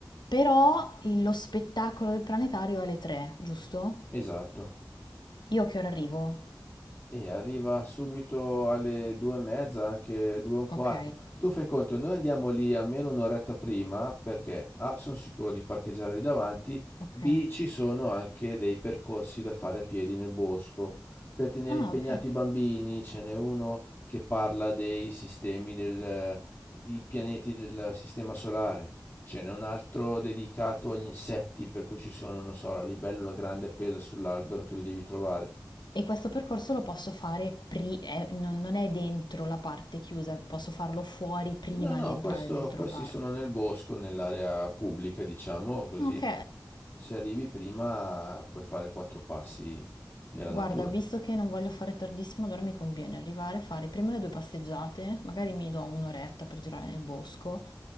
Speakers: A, on the left (about 80°); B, on the left (about 30°).
A: però il- lo spettacolo del planetario è alle tre, giusto?
B: esatto.
A: Io a che ora arrivo?
B: E arriva subito alle due e mezza, anche due e un quarto.
A: Ok,
B: Tu fai conto, noi andiamo lì almeno un'oretta prima perché A, sono sicuro di parcheggiare lì davanti,
A: ok.
B: B, ci sono anche dei percorsi da fare a piedi nel bosco. Per tenere
A: Ah,
B: impegnati
A: ok.
B: i bambini ce n'è uno che parla dei sistemi del, i pianeti del sistema solare. Ce n'è un altro dedicato agli insetti, per cui ci sono, non so, la libellula grande appesa sull'albero, tu li devi trovare.
A: E questo percorso lo posso fare, pri- eh, non, non è dentro la parte chiusa, posso farlo fuori prima
B: No, no,
A: di entrare
B: questo-
A: dentro
B: questi
A: il parco.
B: sono nel bosco, nell'area pubblica, diciamo così.
A: Ok,
B: Se arrivi prima puoi fare quattro passi nella
A: guarda,
B: natura.
A: visto che non voglio fare tardissimo, allora mi conviene arrivare, fare prima le due passeggiate, magari mi do un'oretta per girare nel bosco